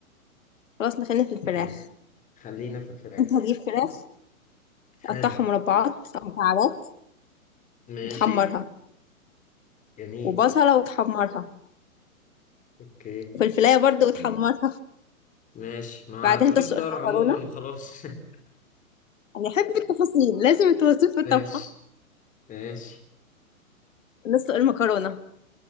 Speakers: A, on the left; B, on the left.
A: خلاص نخلينا في الفراخ
B: يعني خلينا في الفراخ
A: انت هتجيب فراخ
B: حلو
A: تقطعها مربعات أو مكعبات
B: ماشي
A: وتحمرها
B: جميل
A: وبصلة وتحمرها
B: أوكي
A: وفي الفلاية برضه وتحمرها
B: ماشي ما
A: بعدين
B: تقولي
A: تسلق
B: خضار
A: المكرونة
B: عموما وخلاص <laughs>
A: أنا أحب التفاصيل لازم التفاصيل في الطبخة
B: ماشي ماشي
A: نسلق المكرونة